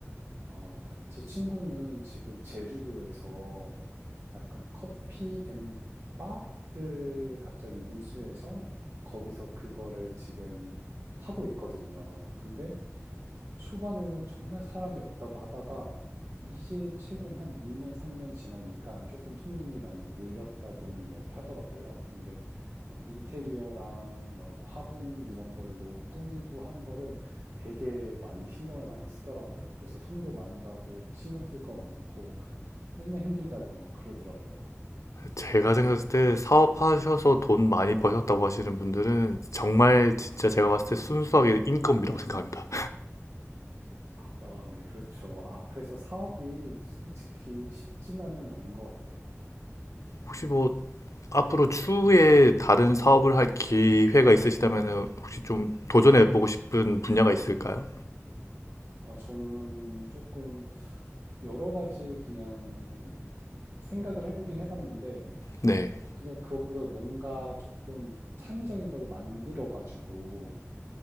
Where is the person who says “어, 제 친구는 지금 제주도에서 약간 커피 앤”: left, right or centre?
Right